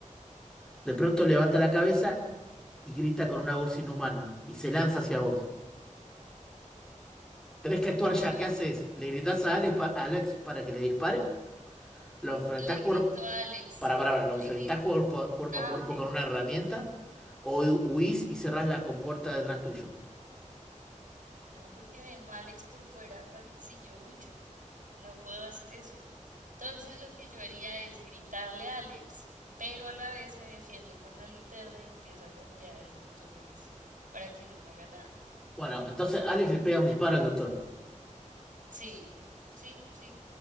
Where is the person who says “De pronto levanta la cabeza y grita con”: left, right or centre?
Centre